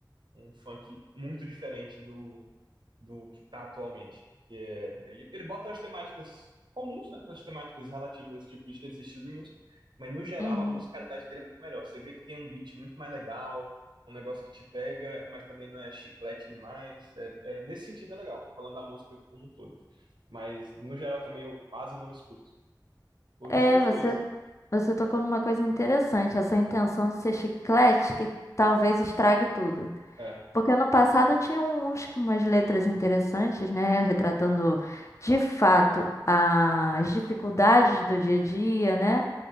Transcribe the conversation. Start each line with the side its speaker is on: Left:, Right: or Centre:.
Right: um funk muito diferente do, do que tá atualmente. Que é, ele, ele bota as temáticas comuns, né, as temáticas relativas a esse tipo de, esse estilo de música, mas no geral
Left: Uhum.
Right: a musicalidade dele é muito melhor. Você vê que tem um beat muito mais legal, um negócio que te pega, mas também não é chiclete demais. É, é, nesse sentido é legal, falando da música como um todo. Mas no geral também eu quase não escuto. Ou
Left: É,
Right: Justamente
Left: você,
Right: por isso.
Left: você tocou numa coisa interessante, essa intenção de ser chiclete que talvez estrague tudo.
Right: É.
Left: Porque no passado tinha uns com umas letras interessantes, né? Retratando de fato as dificuldades do dia a dia, né?